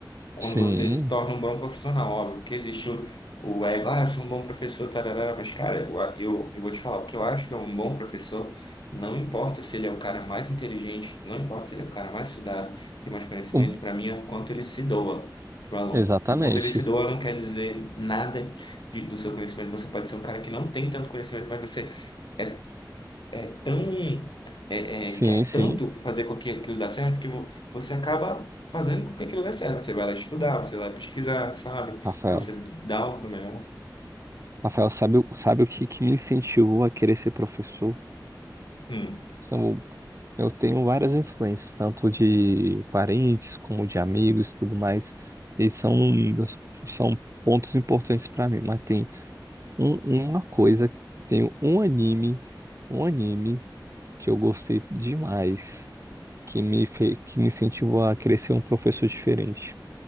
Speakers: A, on the left; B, on the right.
A: quando
B: Sim.
A: você se torna um bom profissional, óbvio, porque existe o, o ego, ah, eu sou um bom professor, tarará, mas cara, eu, eu, eu vou te falar, o que eu acho que é um bom professor, não importa se ele é o cara mais inteligente, não importa se ele é o cara mais estudado, tem mais conhecimento,
B: Hum,
A: para mim é o quanto ele se doa pro aluno.
B: Exatamente.
A: E o quanto ele se doa não quer dizer nada de- do seu conhecimento, você pode ser um cara que não tem tanto conhecimento, mas você é é tão é,
B: Sim,
A: é, quer
B: sim,
A: tanto fazer com que aquilo dê certo que vo- você acaba fazendo com que aquilo dê certo. Você vai lá estudar, você vai pesquisar, sabe?
B: Rafael.
A: Você dá o seu melhor.
B: Rafael, sabe, o- sabe o que, que me incentivou a querer ser professor?
A: Hum,
B: São- Eu tenho várias influências, tanto de parentes como de amigos e tudo mais. E são, são pontos importantes para mim, mas tem Um- uma coisa, tem um anime, um anime que eu gostei demais, que me fe, que me incentivou a crescer um professor diferente.